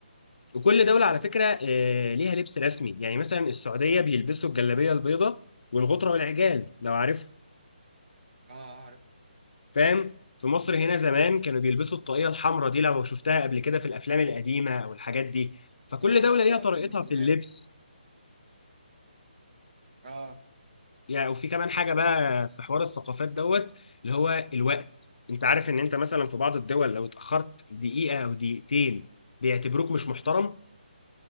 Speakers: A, on the left (about 65°); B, on the right (about 55°).
A: وكل
B: اه
A: دولة
B: بالظبط
A: على فكرة آه، ليها لبس رسمي يعني مثلا السعودية بيلبسوا الجلابية البيضاء والغطرة والعجال لو عارف
B: اه آه، عارف
A: فاهم في مصر هنا زمان كانوا بيلبسوا الطاقية الحمراء دي لو شفتها قبل كده في الأفلام القديمة أو الحاجات دي فكل
B: اه اه
A: دولة ليها طريقتها
B: البورنيت
A: في اللبس
B: اه
A: يعني وفي كمان حاجة بقى في حوار الثقافات دوت اللي هو الوقت أنت عارف إن أنت مثلا في بعض الدول لو اتأخرت دقيقة أو دقيقتين بيعتبروك مش محترم